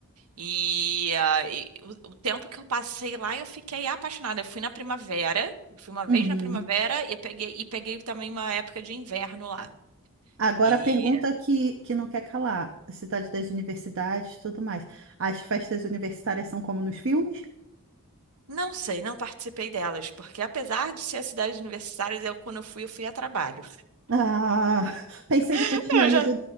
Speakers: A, on the right; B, on the right.
A: E, ah, e o, o tempo que eu passei lá, eu fiquei apaixonada. Eu fui na primavera, fui uma
B: Uhum.
A: vez na primavera e peguei, e peguei também uma época de inverno lá.
B: Agora
A: E
B: a pergunta que, que não quer calar. Cidade das universidades, tudo mais. As festas universitárias são como nos filmes?
A: não sei, não participei delas, porque apesar de ser a cidade universitária, eu quando eu fui, eu fui a trabalho.
B: Ah, <laughs> pensei
A: <laughs>
B: que tu tinha
A: Eu
B: ido
A: já